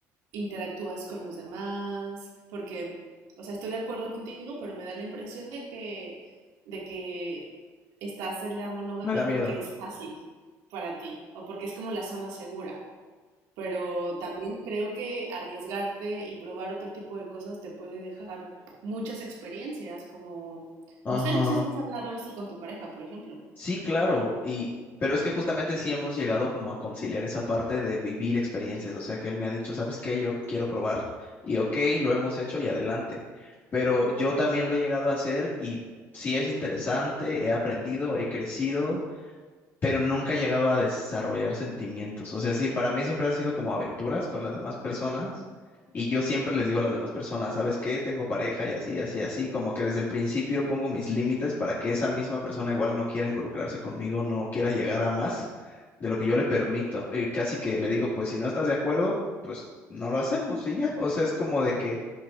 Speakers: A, on the right (about 85°); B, on the left (about 30°).
A: interactúas con los demás, porque, o sea, estoy de acuerdo contigo, pero me da la impresión de que, de que estás en la monogamia
B: Me da miedo.
A: porque es fácil para ti o porque es como la zona segura. Pero también creo que arriesgarte y probar otro tipo de cosas te puede dejar muchas experiencias, como, no
B: Ajá.
A: sé, no sé si has hablado esto con tu pareja, por ejemplo.
B: Sí, claro, y pero es que justamente sí hemos llegado como a conciliar esa parte de vivir experiencias, o sea que él me ha dicho, ¿sabes qué? Yo quiero probar y ok, lo hemos hecho y adelante, pero yo también lo he llegado a hacer y sí es interesante, he aprendido, he crecido pero nunca he llegado a desarrollar sentimientos. O sea, sí, para mí siempre han sido como aventuras con las demás personas y yo siempre les digo a las demás personas, ¿sabes qué? Tengo pareja y así, así, así, como que desde el principio pongo mis límites para que esa misma persona igual no quiera involucrarse conmigo, no quiera llegar a más de lo que yo le permito. Y casi que le digo, pues si no estás de acuerdo, pues no lo hacemos y ya. O sea, es como de que